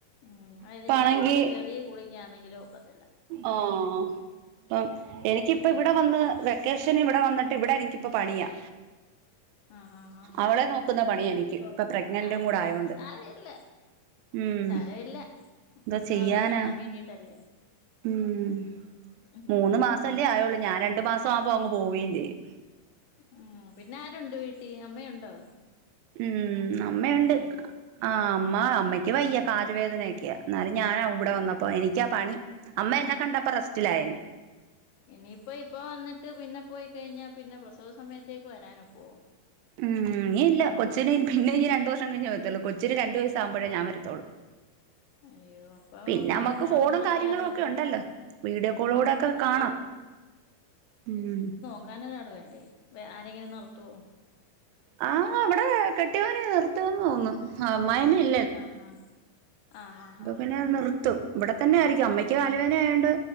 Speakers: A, on the left (about 75°); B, on the right (about 80°).
A: ഉം അതിനി
B: ഇപ്പാണെങ്കി
A: എത്ര ചെറിയ ഗുളിക്ക ആണെങ്കിലും ഒക്കത്തില്ല
B: ആ അപ്പം എനിക്കിപ്പം
A: എനിക്ക്
B: ഇവിടെ
A: ഇങ്ങോട്ട്
B: വന്ന്
A: വരും
B: വെക്കേഷൻ ഇവിടെ വന്നിട്ട് ഇവിടെ എനിക്ക് ഇപ്പം പണിയാ
A: ആ ആ ആ
B: അവളെ നോക്കുന്ന പണിയാ എനിക്ക്
A: ഓ
B: ഇപ്പൊ പ്രഗ്നന്റും
A: ആ
B: കൂടെ ആയോണ്ട്
A: സാരമില്ല
B: ഉം
A: സാരമില്ല
B: എന്തോ
A: കുഞ്ഞുവാവെ
B: ചെയ്യാനാ
A: കാണാൻ വേണ്ടിട്ടല്ലേ
B: ഉം മൂന്ന്
A: ഉം
B: മാസം അല്ലേ ആയുള്ളൂ ഞാൻ രണ്ടു മാസം ആവുമ്പോ അങ്ങ് പോവുകയും ചെയ്യും
A: ഉം പിന്നെ ആരുണ്ട് വീട്ടിൽ അമ്മയുണ്ടോ?
B: ഉം അമ്മയുണ്ട്
A: നോക്കാൻ
B: ആ അമ്മ അമ്മയ്ക്ക്
A: ആഹ്
B: വയ്യ കാല് വേദനയൊക്കെയാ എന്നാലും ഞാനാ ഇവിടെ വന്നപ്പോ
A: ആഹ്
B: എനിക്കാ പണി അമ്മ എന്നെ കണ്ടപ്പൊ റസ്‌റ്റിലായി
A: ഇനിയിപ്പ ഇപ്പം വന്നിട്ട് പിന്നെ പോയി കഴിഞ്ഞാ പിന്നെ പ്രസവ സമയത്തേക്ക് വരാൻ ഒക്കുമോ?
B: ഉം ഇനി ഇല്ല കൊച്ചിന് പിന്നെയിനി രണ്ട് വർഷം കഴഞ്ഞെ വരത്തുള്ളൂ കൊച്ചിന് രണ്ടു വയസ്സാവുമ്പോഴെ ഞാൻ വരത്തുള്ളൂ
A: അയ്യോ അപ്പൊ
B: പിന്നെ
A: മ്മ
B: നമുക്ക്
A: കാര്യങ്ങളൊക്കെ
B: ഫോണും കാര്യങ്ങളും
A: ആര് നോക്കും
B: ഒക്കെ ഉണ്ടല്ലോ വീഡിയോ കോളിലൂടൊക്കെ
A: എന്നാലും
B: കാണാം ഉം
A: നോക്കാൻ ഒരാൾ വേണ്ടേ ആരെങ്കിലും നിർത്തുമോ
B: ആ അവിടെ കെട്ടിയോന് നിർത്തുമെന്ന് തോന്നുന്നു അമ്മായമ്മയി
A: ആ ആ ആ ആ
B: പിന്നെ
A: ആ
B: നിർത്തും ഇവിടെ തന്നെ ആയിരിക്കും അമ്മയ്ക്ക് കാലുവേദന ആയോണ്ട്